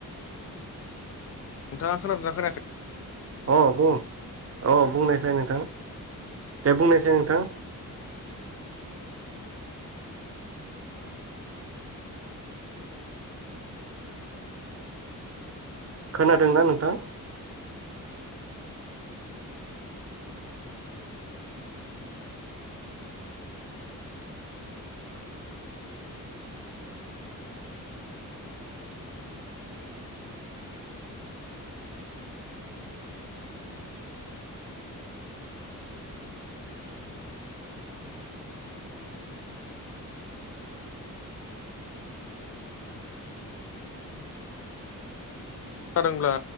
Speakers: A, on the left (about 45°); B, on the right (about 45°).
A: नोंथाङा खोनादोंना खोनायाखै
B: अ बुं औ बुंनायसै नोंथां दे बुंनायसै नोंथां खोनादोंना नोंथां
A: जादोंब्ला